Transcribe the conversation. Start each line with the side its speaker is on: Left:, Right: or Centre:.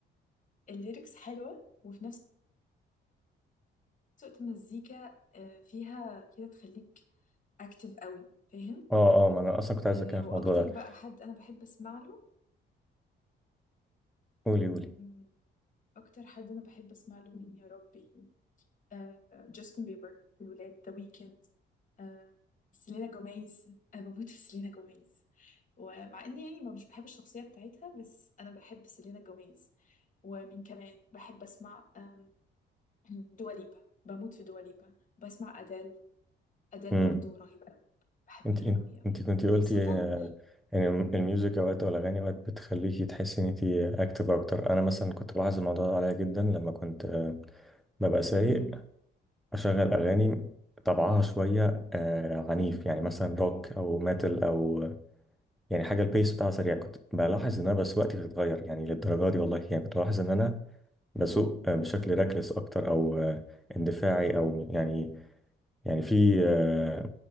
Left: الليركس حلوة وفي نفس الوقت المزيكا آه، فيها كده تخليك أكتف قوي فاهم
Centre: اه اه ما انا اصلا كنت عايز
Left: آه،
Centre: اتكلم في
Left: واكتر
Centre: الموضوع ده
Left: بقى حد انا بحب اسمع له
Centre: قولي قولي
Left: مم، اكتر حد انا بحب اسمع له مين يا ربي آه، جاستن بيبر في الولاد ذا ويكند آه، سيلينا جوميز انا بموت في سيلينا جوميز ومع اني يعني ما مش بحب الشخصيه بتاعتها بس انا بحب سيلينا جوميز ومين كمان بحب اسمع آم، <clears throat> دواليبا بموت في دواليبا بسمع ادال ادال
Centre: امم
Left: برضو رهيبه قوي بحبها
Centre: انت انت
Left: قوي قوي
Centre: انت كنت قلتي
Left: خاصه
Centre: آه، يعني الميوزك اوقات او الاغاني اوقات بتخليكي تحسي ان انت اكتف اكتر انا مثلا كنت بلاحظ الموضوع ده عليا جدا لما كنت آه، ببقى سايق اشغل اغاني طبعها شويه آه، عنيف يعني مثلا روك او ميتال او يعني حاجه البيس بتاعها سريع كنت بلاحظ ان انا سواقتي بتتغير يعني للدرجه دي والله يعني كنت بلاحظ ان انا بسوق آه، بشكل راكلس اكتر او آه، اندفاعي او يعني يعني في آه،